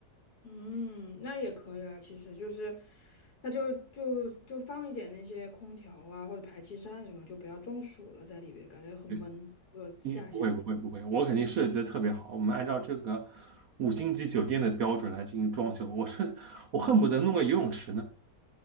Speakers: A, on the left; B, on the right.
A: 嗯，那也可以啊，其实就是，那就就就放一点那些空调啊或者排气扇什么，就不要中暑了在里边，感觉很闷。
B: 对，
A: 如果夏夏天，
B: 因为不会不会不会，我肯定设计的特别好，我们按照这个五星级酒店的标准来进行装修，我是我恨不得弄个游泳池呢。